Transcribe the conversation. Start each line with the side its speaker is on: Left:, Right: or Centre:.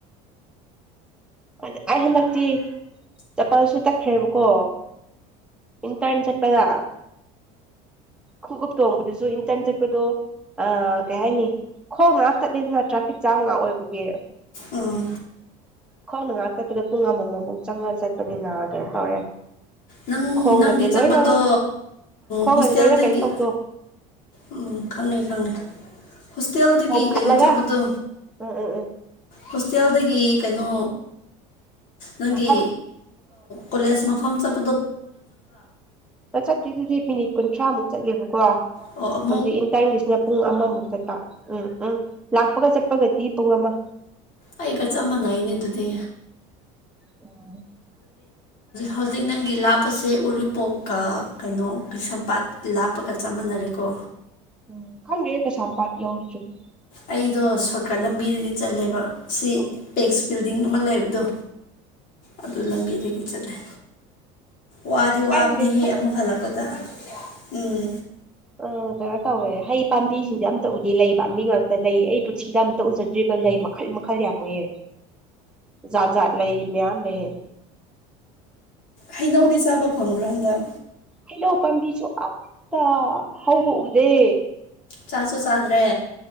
Centre: ꯑꯗ ꯑꯩ ꯍꯟꯗꯛꯇꯤ ꯆꯄꯥꯟꯁꯨ ꯇꯛꯈ꯭ꯔꯦꯕꯀꯣ꯫ ꯏꯟꯇꯔꯟ ꯆꯠꯄꯗ ꯈꯀꯨꯨꯞ ꯊꯕꯨꯗꯤ꯫ ꯏꯟꯇꯟ ꯆꯠꯄꯗꯣ꯫ ꯑ ꯀꯩ ꯍꯥꯏꯅꯤ ꯈꯣꯡ ꯉꯥꯛ ꯆꯠꯂꯤꯁꯤꯅ ꯇ꯭ꯔꯥꯐꯤꯛ ꯖꯥꯝ ꯉꯥꯛ ꯑꯣꯏꯕꯒꯤ꯫
Left: ꯑꯣ
Centre: ꯈ꯭ꯋꯥꯅ ꯉꯥꯏꯍꯥꯛ ꯆꯠꯄꯗ ꯄꯨꯡ ꯑꯃꯃꯃꯨꯛ ꯆꯪꯉ ꯆꯠꯄꯅꯤꯅ ꯀꯩꯅ ꯇꯧꯔꯦ
Left: ꯅꯪ
Centre: ꯈꯣꯡꯒꯁꯦ
Left: ꯅꯪꯒꯤ ꯆꯠꯄꯗꯣ
Centre: ꯂꯣꯏꯅ ꯈꯣꯡꯒꯁꯦ
Left: ꯍꯣꯁꯇꯦꯜꯗꯒꯤ
Centre: ꯂꯣꯏꯅ ꯀꯩꯅꯣ ꯇꯧꯕꯗꯣ
Left: ꯎꯝ ꯈꯪꯉꯤ ꯈꯪꯉꯤ ꯍꯣꯁꯇꯦꯜꯗꯒꯤ
Centre: ꯄꯣꯝꯈꯠꯂꯒ
Left: ꯀꯩꯅꯣ ꯆꯠꯄꯗꯣ
Centre: ꯎꯝ ꯎꯝ ꯎꯝ
Left: ꯍꯣꯁꯇꯦꯜꯗꯒꯤ ꯀꯩꯅꯣ ꯅꯪꯒꯤ
Centre: ꯃꯐꯝ
Left: ꯀꯣꯂꯦꯖ ꯃꯐꯝ ꯆꯠꯄ
Centre: ꯑ ꯆꯠꯇꯀꯦꯗꯨꯗꯤ ꯃꯤꯅꯤꯠ ꯀꯨꯟꯊ꯭ꯔꯥꯃꯨꯛ ꯆꯠꯂꯦꯕꯀꯣ
Left: ꯑꯣ
Centre: ꯍꯧꯖꯤꯛ ꯏꯟꯇꯔꯟꯒꯤꯁꯤꯅ ꯄꯨꯡ ꯑꯃꯃꯨꯛ ꯆꯠꯄ ꯎꯝ ꯎꯝ ꯂꯥꯛꯄꯒ ꯆꯠꯄꯒꯗꯤ ꯄꯨꯡ ꯑꯃ
Left: ꯑꯩꯒ ꯆꯞ ꯃꯥꯟꯅꯩꯅꯦ ꯑꯗꯨꯗꯤ
Centre: ꯎꯝ
Left: ꯍꯧꯖꯤꯛ ꯅꯪꯒꯤ ꯂꯥꯞꯄꯁꯦ ꯎꯔꯤꯄꯣꯛꯀ ꯀꯩꯅꯣ ꯀꯩꯁꯝꯄꯥꯠ ꯂꯥꯞꯄꯒ ꯆꯅꯩ ꯃꯔꯦꯀꯣ
Centre: ꯎꯝ ꯈꯔ ꯏ ꯀ ꯁꯄꯥꯗꯤꯤ ꯌꯥꯎꯅꯤ ꯆꯒ
Left: ꯑꯩꯗꯣ ꯁꯣꯔꯠꯀꯠ ꯂꯝꯕꯤꯗꯗꯤ ꯆꯜꯂꯦꯕ ꯁꯤ
Centre: ꯎꯝ
Left: ꯄꯦꯛꯁ ꯕꯤꯜꯗꯤꯡ ꯑꯃ ꯂꯩꯕꯗꯣ ꯑꯗꯨ ꯂꯝꯕꯤꯗꯒꯤ ꯆꯠꯂꯦ ꯋꯥꯗꯤ
Centre: ꯑꯁ
Left: ꯋꯥꯕꯅꯤ
Centre: ꯈꯪꯗꯦ
Left: ꯍꯦꯛ ꯑꯃꯨꯛ ꯍꯜꯂꯛꯄꯗ ꯎꯝ
Centre: ꯎ ꯀꯩꯅꯣ ꯇꯧꯋꯦ ꯍꯩ ꯄꯥꯝꯕꯤꯁꯤꯡꯁꯦ ꯌꯥꯝ ꯑ ꯎꯗꯤ ꯂꯩꯕ ꯃꯤ ꯉꯛꯇ ꯂꯩꯌꯦ ꯑꯩ ꯄꯨꯟꯁꯤꯗ ꯑꯝ ꯎꯖꯦ ꯗ꯭ꯔꯤꯕ ꯂꯩ ꯃꯈꯜ ꯃꯈꯜ ꯌꯥꯝ ꯑꯣꯏꯨꯌꯦ ꯖꯥꯠ ꯖꯥꯠ ꯂꯩ ꯃꯌꯥꯝ ꯂꯩꯌꯦ
Left: ꯍꯩꯅꯧꯗꯤ ꯆꯥꯕ ꯐꯪꯕ꯭ꯔꯥ ꯍꯟꯗ
Centre: ꯍꯩꯅꯣ ꯄꯥꯝꯕꯤꯁꯨ ꯑꯃꯇ ꯍꯧꯕ ꯎꯗꯦ
Left: ꯆꯥꯁꯨ ꯆꯥꯗ꯭ꯔꯦ